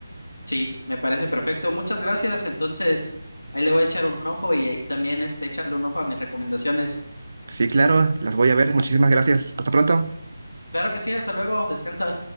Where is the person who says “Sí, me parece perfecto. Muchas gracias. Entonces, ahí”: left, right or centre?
Left